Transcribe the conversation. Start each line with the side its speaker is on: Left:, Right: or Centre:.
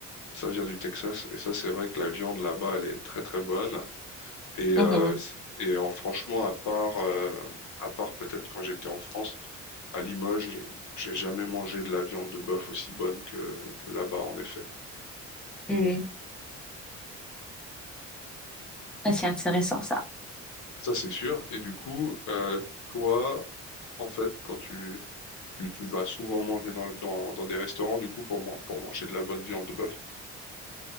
Left: ça vient du Texas et ça c'est vrai que la viande là-bas elle est très très bonne. Et, euh,
Centre: Mhm.
Left: c'est- et en, franchement, à part, euh, à part peut-être quand j'étais en France, à Limoges, j'ai jamais mangé de la viande de bœuf aussi bonne que, que là-bas, en effet.
Centre: Mm. Ah, C'est intéressant, ça.
Left: Ça, c'est sûr. Et du coup, euh, toi, en fait, quand tu, tu, tu vas souvent manger dans, dans, dans des restaurants, du coup, pour, man- pour manger de la bonne viande de bœuf.